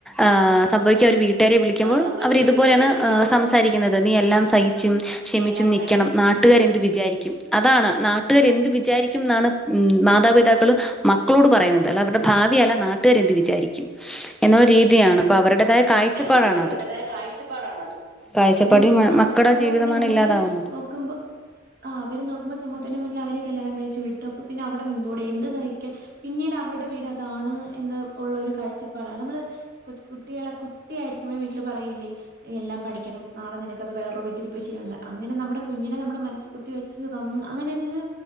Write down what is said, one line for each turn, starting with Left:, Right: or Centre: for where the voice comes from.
Centre: ആഹ് സംഭവിക്കാൻ അവർ വീട്ടുകാരെ വിളിക്കുമ്പോൾ
Right: സംഭവിക്കുക
Centre: അവർ
Right: ഒരു
Centre: ഇതുപോലെയാണ്്
Right: വീട്ടുകാരെ വിളിക്കുമ്പോൾ
Centre: സംസാരിക്കുന്നത് നീ എല്ലാം സഹിച്ചും ക്ഷമിച്ചു
Right: എല്ലാം
Centre: നിൽക്കണം
Right: സഹിച്ച്
Centre: നാട്ട നാട്ടുകർ എന്ത് വിചാരിക്കും അതാണ് നാട്ടുകർ എന്ത് വിചാരിക്കും എന്നാണ് ഉം മാതാപിതാക്കള് മക്കളോട് പറയുന്നത് അല്ല അവരുടെ ഭവി അല്ല നാട്ടുകാർ എന്ത് വിചാരിക്കും എന്ന രീതിയാണ് അപ്പൊ
Right: അതെ
Centre: അവരുടേതായ കാഴ്ചപ്പാടാണത്
Right: യാണ് അപ്പൊ അവരുടേതായ കാഴ്ചപ്പാടാണ് അത്
Centre: കാഴ്ചപ്പാട്
Right: അത് എനിക്ക്
Centre: മ
Right: തോന്നുന്നു
Centre: മക്കുടെ
Right: അവര് സമൂഹത്തിന്റെ
Centre: ജീവിതമാണ്
Right: മുന്നില്
Centre: ഇല്ലാതാവുന്നത്
Right: നോക്കുമ്പോ ആഹ് അവര് നോക്കുമ്പോ സമൂഹത്തിന്റെ മുന്നിൽ അവര് കല്യാണം കഴിച്ചു വിട്ടു അപ്പൊ പിന്നെവിടെ നിന്നുകൂടെ എന്ത് സഹിക്കുക പിന്നീട് അവരുടെ വീട് അതാണ് എന്ന് ഉള്ള ഒരു കാഴ്ചപ്പാടാണ് നമ്മള് കൊ കുട്ടികളെ കുട്ടിയായിരിക്കുമ്പോൾ വീട്ടില് പറയില്ലേ എല്ലാം പഠിക്കണം നാളെ നിനക്കത് വേറൊരു വീട്ടിൽ പോയി ചെയ്യണ അങ്ങനെ നമ്മളെ കുഞ്ഞിനെ നമ്മുടെ മനസ് കുത്തി വെച്ച് ത അങ്ങനെതൊരു